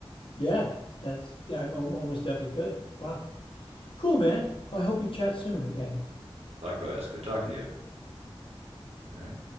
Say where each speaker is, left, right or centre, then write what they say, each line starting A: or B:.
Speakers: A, on the left (about 60°); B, on the right (about 80°).
A: Yeah, that's, yeah, I almost definitely could. Wow. Cool, man. I hope we chat soon again.
B: Likewise, good talking to you. All right.